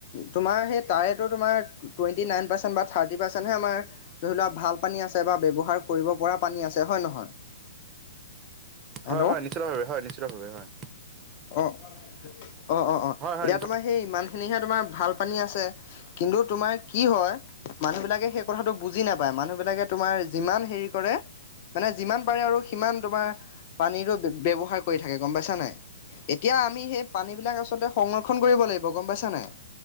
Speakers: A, on the left; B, on the right.
A: তোমাৰ সেই তাৰেটো তোমাৰ টুৱেণ্টি নাইন পাৰ্চেণ্ট বা থাৰ্টি পাৰ্চেণ্টহে আমাৰ ধৰি লোৱা ভাল- কে বা ব্যৱহাৰ কৰিব পৰা পানী আছে হয় নহয়। হেল্ল'
B: হয়-হয়, নিশ্চিতভাৱে হয়, নিশ্চিতভাৱে হয়।
A: অঁ', -অঁ-অঁ-অঁ', -এতিয়া
B: হয় হয় নিশ্চ
A: তোমাৰ সেই ইমান খিনিহে তোমাৰ ভাল পানী আছে। কিন্তু তোমাৰ কি হয় মানুহবিলাকে সেই কথাটো বুজি নাপায় মানুহবিলাকে - তোমাৰ যিমান হেৰি কৰে মানে যিমান পাৰে আৰু - কিমান তোমাৰ পানীৰো ব্যয়ৱহাৰ কৰি থাকে গম পাইছা নাই। এতিয়া আমি সেই পানীবিলাক আচলতে - সংৰক্ষণ কৰিব লাগিব গম পাইছা নাই,